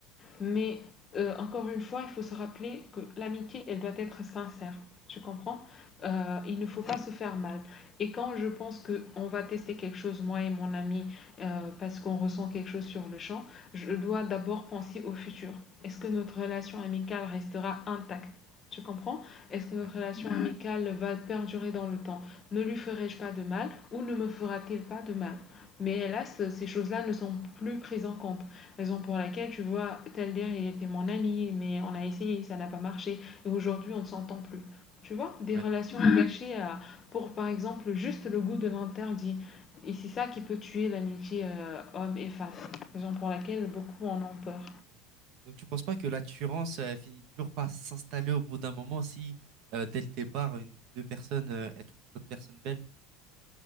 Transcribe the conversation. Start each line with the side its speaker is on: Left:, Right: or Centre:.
Left: Mais euh, encore une fois, il faut se rappeler que l'amitié, elle doit être sincère. Tu comprends Euh, Il ne faut pas se faire mal. Et quand je pense que on va tester quelque chose, moi et mon ami, euh, parce qu'on ressent quelque chose sur le champ, je dois d'abord penser au futur. Est-ce que notre relation amicale restera intacte Tu comprends Est-ce que
Right: ouais,
Left: notre relation amicale va perdurer dans le temps Ne lui ferai-je pas de mal ou ne me fera-t-il pas de mal Mais hélas, ces choses-là ne sont plus prises en compte. Raison pour laquelle, tu vois, Taldir, il était mon ami, mais on a essayé, ça n'a pas marché. Et aujourd'hui, on ne s'entend plus. Tu vois, des
Right: ouais.
Left: relations gâchées à- pour, par exemple, juste le goût de l'interdit. Et c'est ça qui peut tuer l'amitié euh, homme et femme. Raison pour laquelle beaucoup en ont peur.
Right: Ouais. Donc tu penses pas que la Turance euh, finit toujours par s'installer au bout d'un moment si euh, dès le départ une deux personnes euh, elles trouvent d'autres personnes belles?